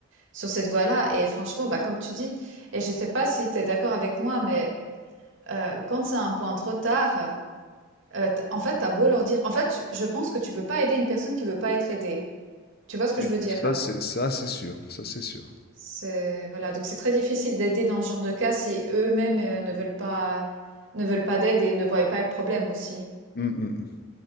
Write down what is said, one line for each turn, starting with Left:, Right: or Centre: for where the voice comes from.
Right: sur cette voie-là et franchement, bah, comme tu dis et je sais pas si tu es d'accord avec moi, mais, heu, quand c'est un point trop tard, heu, t en fait, t'as beau leur dire en fait, tu je pense que tu peux pas aider une personne qui veut pas être aidée. Tu vois ce que
Left: Oui.
Right: je veux dire?
Left: Ça, c'est ça, c'est sûr, ça, c'est sûr.
Right: C'est voilà, donc c'est très difficile d'aider dans ce genre de cas si eux-mêmes, heu, ne veulent pas ne veulent pas d'aide et ne voient pas le problème aussi.
Left: Mm, mm.